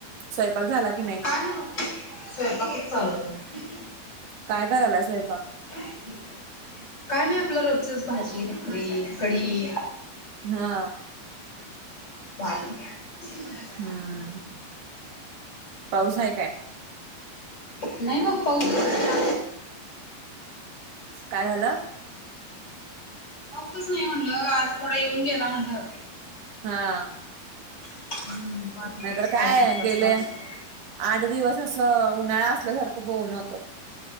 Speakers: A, on the right; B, on the left.
A: स्वयंपाक झाला की नाही.
B: काय बघ स्वयंपाकच चालू आहे.
A: काय कारायला स्वयंपाक.
B: <inaudible> काय नाही आपल्या रोजचच भाजी, भाकरी, कडी.
A: हा
B: <unintelligible> <inaudible>
A: हम्म पाऊस आहे काय?
B: नाही बघ पाऊस
A: काय झाल.
B: पाऊसच नाही म्हणल. आज थोडा येऊन गेला म्हणल.
A: हा
B: <unintelligible>
A: नाहीतर काय गेले आठ दिवस असं उन्हाळा असल्यासारखं ब ऊन होत.